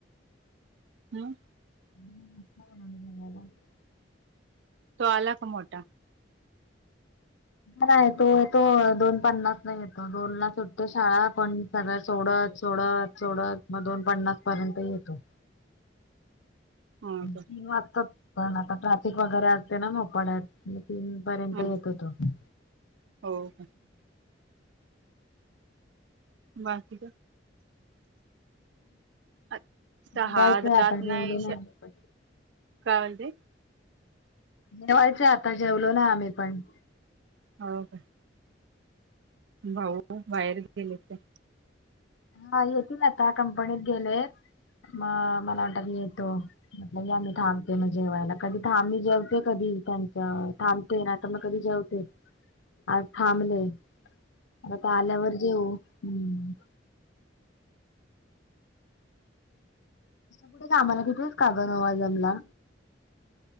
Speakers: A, on the right (about 70°); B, on the left (about 85°).
A: ह.
B: ह म बणाला <unintelligible>
A: तो आला का मोठा?
B: नाही तो येतो दोन पन्नासला येतो दोनला सुटते शाळा पण - त्याला सोडत - सोडत - सोडत मग दोन पन्नास पर्यंत येतो.
A: हो
B: तीन
A: का
B: वाजता पण आता ट्रॅफिक वगैरे असते ना नपाड्यात तीन. पर्यंत
A: हम्म
B: येतो तो हम्म,
A: हो का बाकीचं. अता
B: जेवायचंय
A: हा रात
B: आता जेवलो
A: नाही शा <inaudible>
B: आम्ही पण
A: काय म्हणती?
B: जेवायचं आता जेवलो नाय आम्ही पण -
A: होवं काय. भाऊ बाहेर गेलेत काय?
B: हा येतील आता कंपनीत गेले म मला वाणट मी येतो. या म्हटलं मी थांबते जेवायला कधी थां मी जेवते कधी त्यांच थांब. ते नावं कधी जेवते आज थांबले ते. आता आल्यावर जेवू हम्म, कुठं कामाला कितीेच का ग नवा जमला.